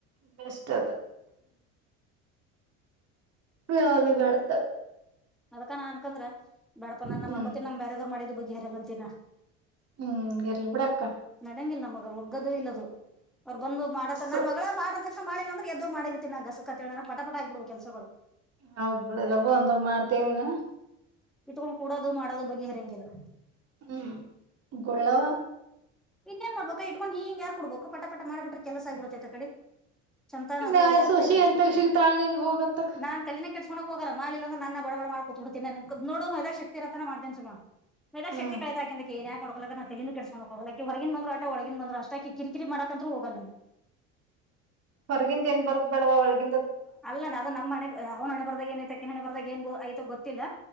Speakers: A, on the right (about 50°); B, in the centre.
A: ಬೆಸ್ಟ್ ಅದ. ಯಾವದು ಬಡ್ತವೆ.
B: ಅದಕ್ಕ ನಾ ಅನ್ಕಂದ್ರ ಬ್ಯಾಡಪ ನನ್ನ
A: ಹ್ಮ್
B: ಮಾಡ್ಕೊತ ನಂಗ ಬ್ಯಾರೆ ದವರ ಮಾಡಿದ್ದು ಬಗ್ಗಿ ಹರಿಯಲ್ಲ ಅಂತಿನ ನ.
A: ಹ್ಮ್ ಇರ್ಲಿ ಬಿಡಕ್ಕ.
B: ನಡಂಗಿಲ್ಲ ನಮಗ ಒಗ್ಗದು ಇಲ್ಲದು ಅವ್ರ ಬಂದ ಮಾಡತ
A: ಅಸ್ಸು
B: ನನ್ನ ಮಗಳ ಮಾಡ ಮಾಡಿಲ್ಲಂದ್ರ ಎದ್ದ ಹೋಗಿ ಮಾಡಿರ್ತಿನ ಗಸ ಕತ್ತ ಹೇಳೋ ಪಟ ಪಟ ಆಗ್ಬಿಡು ಕೆಲಸಗಳು.
A: ಹೌದ್ ಬಿಡ ಲಘು ಅಂದ್ರ ಮಾಡ್ತೇನೀನ
B: ಇಟ್ಕೊಂಡ ಕೂಡೋದು ಮಾಡೋದು ಬಗೆಹರಂಗಿಲ್ಲ.
A: ಹ್ಮ್ ಗುಳ್ಳವ
B: ಇನ್ನೇನ ಮಾಡ್ಬೇಕ ಇಟ್ಕೊಂಡ ಹಿಂಗ ಯಾರ ಕೊಡ್ಬೇಕ ಪಟ ಪಟ ಮಾಡಿಬಿಟ್ರೆ ಕೆಲಸ ಆಗ್ಬಿಡತತ ಅಕಡಿ ಚಂತಾನ ಅದ್ರಗ
A: ಮ್ಯಾಲ
B: ಯಾರ್
A: ಸೋಸಿ
B: ಕೈ ಆಡಸಬೇಕು
A: ಎಂತಾಗ ಸಿಗ್ತಾಳ ನಿನ್ಗ ಹೋಗತ್ತಾಗ
B: ನಾನ್ ತಲಿನ ಲಿ ಕೆಡಿಸ್ಕೊಳೋಕ ಹೊಗಲ್ಲ ಮಾಡಲಿಲ್ಲ ಅಂದ್ರ ನನ್ನ ನ ಬಡ ಬಡ ಮಾಡ ಕುತ್ ಬಿಡ್ತನಿ ನೋಡು ಮೈಲಾಗ ಶಕ್ತಿ ಇರೋತನ ಮಾಡತೇನ ಸುಮ ಮೆಾಗಕ್ತಿ
A: ಹ್ಮ್
B: ಕಳತಾಕಂತ ಏ ಯಕೋಕ್ಕ ನ ತಂದು ಕೆಿಸಕ ಹೋಗ ಹೊರಗನ್ ಬಂದ್ರು ಆಟ ಒಳಗನ್ ಬಂದ್ರು ಅಷ್ಟ ಕಿರಿಕಿರಿ ಮಾಡಾಕಂತೂ ಹೋಗಲ್ಲ ನಾನು
A: ಹೊರಗಿಂದ ಏನ್ ಬರದ ಬೇಡವ ಒಳಗಿ
B: ಅಲ್ಲ ನ ಅದು ನಮ್ಮ್ಣೆ ಅವ್ನ ಹಣೆ ಬರ್ದಾಗ ಏನಾಯ್ತ ಅಕ್ಕಿ ಹಣೆ ಬರ್ದಾಗ ಏನ್ ಗ ಆಯ್ತ ಗೊತ್ತಿಲ್ಲ